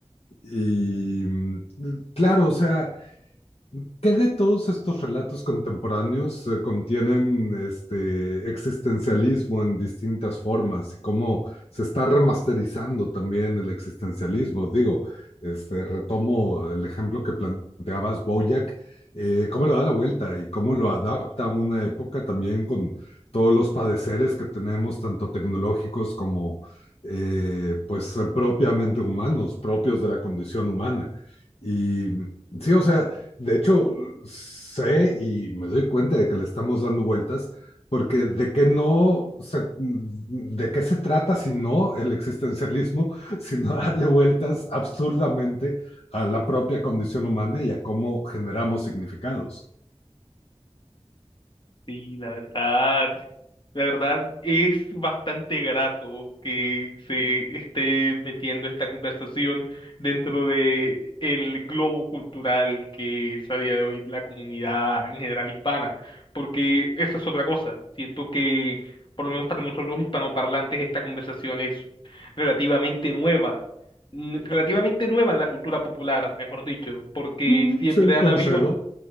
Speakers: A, on the left; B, on the left.
A: Y mm, claro, o sea, ¿Qué de todos estos relatos contemporáneos eh, contienen este existencialismo en distintas formas y cómo se está remasterizando también el existencialismo? Digo, este, retomo el ejemplo que planteabas, Boyac, eh, cómo le da la vuelta y cómo lo adapta a una época también con todos los padeceres que tenemos, tanto tecnológicos como eh, pues propiamente humanos, propios de la condición humana. Y sí, o sea, de hecho, sé y me doy cuenta de que le estamos dando vueltas, porque de qué no se- de qué se trata si no el existencialismo, <laughs> sino darle vueltas absurdamente a la propia condición humana y a cómo generamos significados.
B: Sí, la verdad, la verdad es bastante grato que se esté metiendo esta conversación dentro de el globo cultural que es a día de hoy la comunidad en general hispana, porque esa es otra cosa. Siento que, por lo menos para nosotros los hispanoparlantes, esta conversación es relativamente nueva, n- relativamente nueva en la cultura popular, mejor dicho, porque
A: Mm,
B: siempre
A: sí, concedo.
B: han habido